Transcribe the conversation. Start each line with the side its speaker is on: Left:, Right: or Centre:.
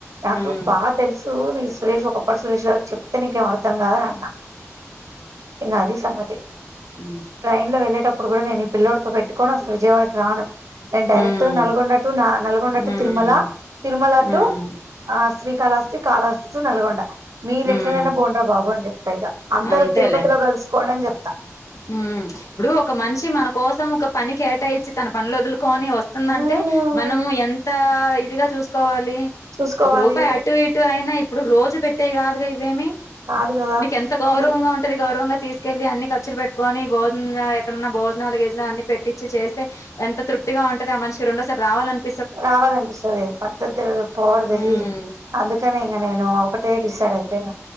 Right: నాకు
Left: ఉమ్
Right: బా తెలసు సురేష్ ఒకపడి సరేష్ కాదు చెప్తే నీకేం అర్థం కాదని అన్నా ఇంగ అది సంగతి
Left: ఉ
Right: ట్రైన్లో వెళ్లేటప్పుడు కూడా నే ఈ పిల్లోడితో పెట్టుకుని అసలు విజయవాడకి రాను నేను డైరెక్ట్గా
Left: ఉమ్
Right: నల్గొండ టు నల్గొండటు
Left: ఉమ్
Right: తిరుమల తిరుమల టు
Left: ఉమ్
Right: ఆ శ్రీకాళహస్తి కాళాస్తి టు నల్గొండ మీరు ఎట్లనైనా
Left: ఉమ్
Right: బోండ్ర బాబు అని చెప్తా ఇక అందరు
Left: అంతేలే
Right: తిరుపతిలో కలుసుకోండి అని చెప్తా
Left: ఉమ్ ఇప్పుడు ఒక మనిషి మన కోసం ఒక పని కేటాయించి తన పనులు వదులుకోని వస్తుందంటే
Right: మ్మ్
Left: మనము ఎంత ఇదిగా చూసుకోవాలి.
Right: చూసుకోవాలి
Left: ఒక రూపాయి అటు ఇటు అయిన ఇప్పుడు రోజు పెట్టేయి కాదుగా ఇవేమి
Right: కాదు గదా
Left: నీకు ఎంత గౌరవంగా
Right: <unintelligible>
Left: ఉంటది గౌరవంగా తీసుకెళ్లి అన్ని ఖర్చులు పెట్టుకోని భోజన ఎక్కడన్నా భోజనాలు గీజనాలు అన్ని పెట్టిచ్చి చేస్తే ఎంత తృప్తిగా ఉంటది. ఆ మనిషి రెండో సారి రావాల
Right: రావాలనిపిస్తది పద్దతి తెలియదు పాడు తెలియదు.
Left: ఉమ్
Right: అందుకనే ఇంక నేను ఒకటే డిసైడ్ అయిపోయిన